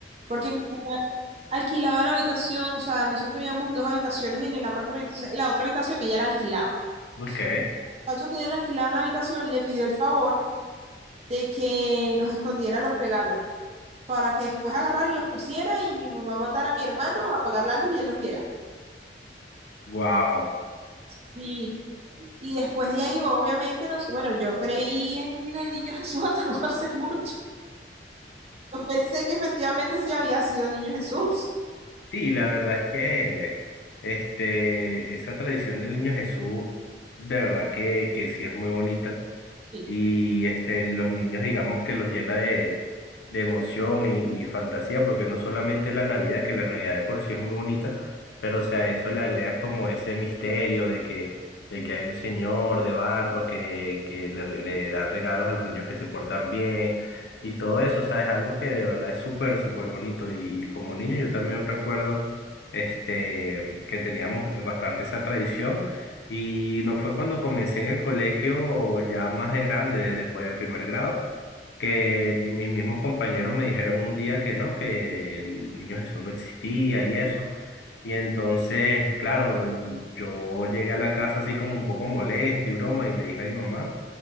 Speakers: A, on the right; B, on the left.
A: Porque mi mamá alquilaba la habitación, o sea, nosotros teníamos dos habitaciones en el apartamento, entonces la otra habitación ella la alquilaba.
B: Ok,
A: El muchacho que ella le alquilaba la habitación le pidió el favor de que nos escondiera los regalos para que después agarrara y los pusiera y mi mamá mandara a mi hermano a apagar la luz y él los viera.
B: wow.
A: Sí. Y después de ahí, obviamente, nos, bueno, yo creí en el niño Jesús hasta <laughs> no hace mucho. Yo pensé que efectivamente sí había sido el niño Jesús.
B: Sí, la verdad es que este, esa tradición del niño Jesús, de verdad que, que sí es muy bonita.
A: Sí,
B: y este, los niños digamos que los llena de, de emoción y, y fantasía, porque no solamente la Navidad, que la Navidad de por sí es muy bonita, pero o sea, a eso le agregas como ese misterio de que, de que hay un señor de barba que, que le, re- le da regalos a los niños que se portan bien y todo eso, o sea, es algo que de verdad es súper, súper bonito y, y como niño yo también recuerdo este, que teníamos bastante esa tradición. Y lo fue cuando comencé en el colegio ya más de grande, después del primer grado, que mis mismos compañeros me dijeron un día que no, que el niño Jesús no existía y eso. Y entonces, claro, yo llegué a la casa así como un poco molesto y broma y le dije a mi mamá.